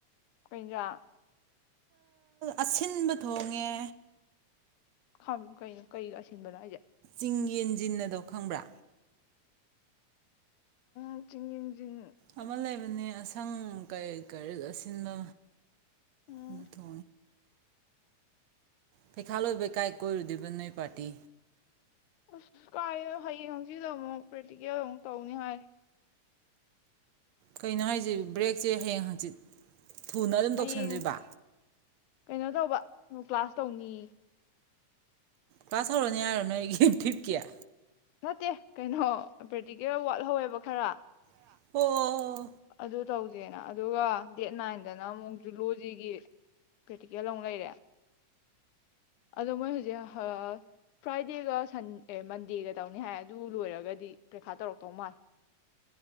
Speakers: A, on the left (about 80°); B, on the right (about 65°).
A: ꯀꯩ ꯍꯦꯟꯖꯥꯡ
B: ꯑꯁꯤꯟꯕ ꯊꯣꯡꯉꯦ
A: ꯈꯝ ꯀ ꯀꯩꯒ ꯑꯁꯤꯟꯕꯅꯣ ꯍꯥꯏꯁꯦ
B: ꯆꯤꯡ ꯌꯦꯟꯁꯤꯟꯅ ꯑꯗꯣ ꯈꯪꯕ꯭ꯔꯥ
A: ꯎ ꯆꯤꯡꯤꯡꯖꯤꯡ
B: ꯑꯃ ꯂꯩꯕꯅꯦ ꯑꯁꯪ ꯀ ꯀꯔꯤ ꯑꯁꯤꯅ
A: ꯎꯝ
B: ꯑꯗꯨ ꯊ ꯄꯩꯈꯥꯜꯂꯣꯏꯕꯩ ꯀꯥꯏ ꯀꯣꯏꯔꯨꯗꯣꯏꯕ ꯅꯣꯏ ꯄꯥꯔꯇꯤ
A: ꯑꯁ ꯀꯥꯏꯅ ꯍꯌꯦꯡ ꯍꯪꯆꯤꯗ ꯑꯃꯨꯛ ꯄ꯭ꯔꯦꯛꯇꯤꯀꯦꯜ ꯑꯃꯨꯛ ꯇꯧꯅꯤ ꯍꯥꯏꯔꯤ
B: ꯀꯩꯅꯣ ꯍꯥꯏꯁꯤ ꯕ꯭ꯔꯦꯛꯁꯦ ꯍꯌꯦꯡ ꯍꯪꯆꯤꯠ ꯊꯨꯅ ꯑꯗꯨꯝ
A: ꯍꯌꯦꯡ
B: ꯇꯧꯁꯟꯗꯣꯏꯕ
A: ꯀꯩꯅꯣ ꯇꯧꯕ ꯀ꯭ꯂꯥꯁ ꯇꯧꯅꯤ
B: ꯀꯥꯁꯧꯔꯣꯅꯤ ꯍꯥꯏꯔꯣ ꯅꯣꯏ ꯑꯩ ꯐꯤꯞꯀꯤꯌꯥ
A: ꯅꯠꯇꯦ ꯀꯩꯅꯣ ꯄ꯭ꯔꯦꯛꯇꯤꯀꯦꯜ ꯋꯥꯠꯍꯧꯋꯦꯕ ꯈꯔ
B: ꯑꯣ ꯑꯣ ꯑꯣ
A: ꯑꯗꯨꯗ ꯇꯧꯗ ꯦꯅ ꯑꯗꯨꯒ ꯗꯦꯠ ꯅꯥꯏꯟꯗꯅ ꯑꯃꯨꯛ ꯖꯨꯂꯣꯖꯤꯒꯤ ꯄ꯭ꯔꯦꯛꯇꯤꯀꯦꯜ ꯑꯃꯨꯛ ꯂꯩꯔꯦ ꯑꯗꯨꯗ ꯃꯥꯏ ꯍꯧꯖꯤ ꯍꯥ ꯐ꯭ꯔꯥꯏꯗꯦꯒ ꯃꯟꯗꯦꯒ ꯇꯧꯅꯤ ꯍꯥꯏ ꯑꯗꯨ ꯂꯣꯏꯔꯒꯗꯤ ꯄꯔꯤꯈꯥ ꯇꯧꯔꯛꯇꯧ ꯃꯥꯜꯂꯦ